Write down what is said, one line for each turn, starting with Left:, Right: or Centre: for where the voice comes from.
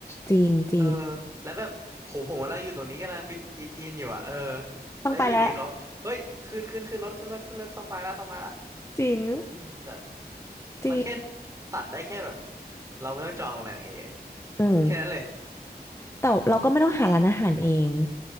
Left: จริงจริง
Right: เออแล้วแบบผมผมกำลังอยู่ตรงนี้กำลังฟิตอินอินอยู่อ่ะเออ
Left: ต้องไปแล้ว
Right: แล้วอยู่ดีเขาเฮ้ยขึ้นขึ้นขึ้นรถขึ้นรถขึ้นรถต้องไปละต้องไปละ
Left: จริง
Right: เออมันแบบ
Left: จริง
Right: มันแค่ตัดได้แค่แบบเราไม่ต้องจองโรงแรมเอง
Left: อืม
Right: แค่นั้นเลย
Left: แต่เราก็ไม่ต้องหาร้านอาหารเอง